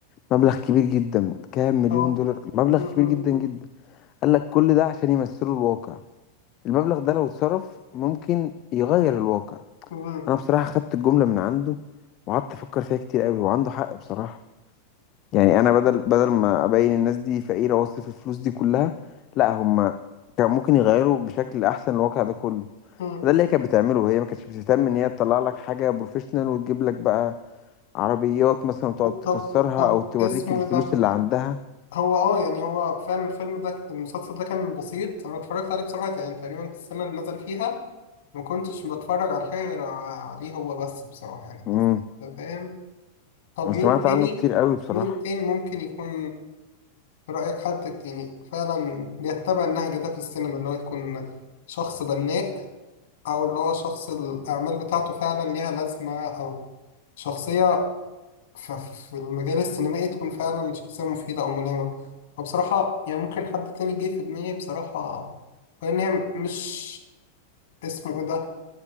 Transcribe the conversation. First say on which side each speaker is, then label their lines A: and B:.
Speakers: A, on the left; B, on the left.
A: مبلغ كبير جدا كام مليون
B: آه،
A: دولار مبلغ
B: أمم،
A: كبير جدا جدا قال لك كل ده عشان يمثلوا الواقع المبلغ ده لو اتصرف ممكن يغير الواقع
B: أمم،
A: انا بصراحه خدت الجمله من عنده وقعدت افكر فيها كتير قوي وعنده حق بصراحه يعني انا بدل بدل ما ابين الناس دي فقيره واصرف الفلوس دي كلها لا هم كان ممكن يغيروا بشكل احسن الواقع ده كله
B: أمم.
A: فده اللي هي كانت بتعمله هي ما كانتش بتهتم ان هي تطلع لك حاجه بروفيشنال وتجيب لك بقى عربيات مثلا وتقعد تكسرها
B: طب طب
A: او توريك
B: اسمه
A: الفلوس
B: إيه ده؟
A: اللي عندها
B: هو اه يعني هو فعلا الفيلم ده المسلسل ده كان بسيط أنا اتفرجت عليه بصراحة يعني تقريبا في السنة اللي نزل فيها ما كنتش بتفرج على حاجة غير عليه هو بس بصراحة يعني
A: امم
B: أنت فاهم؟ طب
A: انا
B: مين
A: سمعت
B: تاني
A: عنه كتير قوي بصراحه
B: مين تاني ممكن يكون في رأيك حد يعني فعلا بيتبع النهج ده في السينما اللي هو يكون شخص بناء أو اللي هو شخص الأعمال بتاعته فعلا ليها لازمة أو شخصية ف- في المجال السينمائي تكون فعلا شخصية مفيدة أو ملهمة وبصراحة يعني ممكن حد تاني جه في دماغي بصراحة لأن هي مش اسمه إيه ده